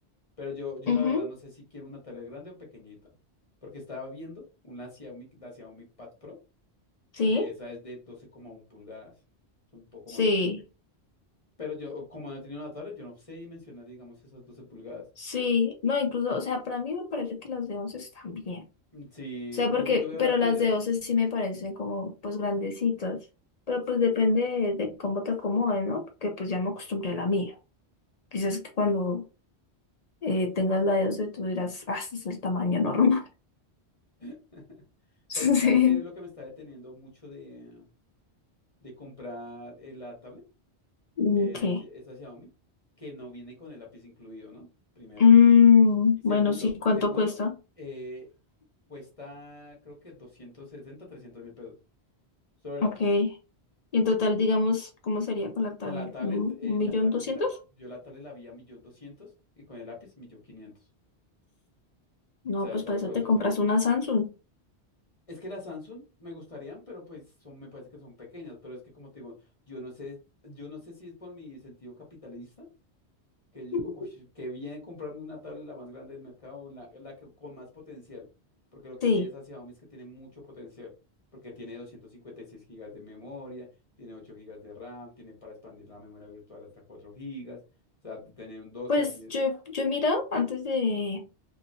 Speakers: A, on the left (about 30°); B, on the left (about 50°).
A: pero yo, yo
B: Ujú,
A: la verdad no sé si quiero una tablet grande o pequeñita, porque estaba viendo una Xiaomi, la Xiaomi Pad Pro,
B: Sí,
A: que esa es de 12,1 pulgadas, es un poco
B: sí,
A: más grande. Pero yo, como no he tenido una tablet, yo no sé dimensionar, digamos, esas 12 pulgadas.
B: sí. No, incluso, o sea, para mí me parece que las de 11 están bien.
A: Sí,
B: O sea, porque,
A: pues, es que yo veo
B: pero
A: la tuya.
B: las de 11 sí me parecen como, pues, grandecitas. Pero pues depende de, de cómo te acomode, ¿no? Porque pues ya me acostumbré a la mía. Quizás que cuando eh, tengas la de 11 tú dirás, ah, este es el tamaño normal.
A: <laughs>
B: <laughs>
A: Pero sabes
B: Sí.
A: qué es lo que me está deteniendo mucho de, de comprar eh, la tablet,
B: Mm,
A: eh,
B: ¿Qué?
A: ti- esa Xiaomi, que no viene con el lápiz incluido, ¿no? Primero.
B: Mm,
A: Y Segundo,
B: bueno, sí, ¿cuánto
A: segundo,
B: cuesta?
A: eh, cuesta creo que 260 trescientos mil pesos, solo el
B: Ok.
A: lápiz.
B: Y en total, digamos, ¿cómo sería con la tablet?
A: Con la tablet,
B: ¿Un
A: eh,
B: un millón
A: la tablet,
B: doscientos?
A: mira, yo la tablet la vi a millón doscientos y con el lápiz millón quinientos
B: No,
A: O sea,
B: pues
A: sale
B: para eso
A: costosa.
B: te compras una Samsung.
A: Es que las Samsung me gustarían, pero pues son, me parece que son pequeñas, pero es que como te digo, yo no sé, yo no sé si es por mi sentido capitalista que yo digo,
B: <laughs>
A: "Ush, qué bien comprarme una tablet la más grande del mercado, la, la que, con más potencial, porque lo que
B: Sí,
A: tiene esa Xiaomi es que tiene mucho potencial, porque tiene 256 gigas de memoria, tiene 8 gigas de RAM, tiene para expandir la memoria virtual hasta 4 gigas, o sea, tener un 12
B: pues
A: a 10,
B: yo, yo he mirado antes de,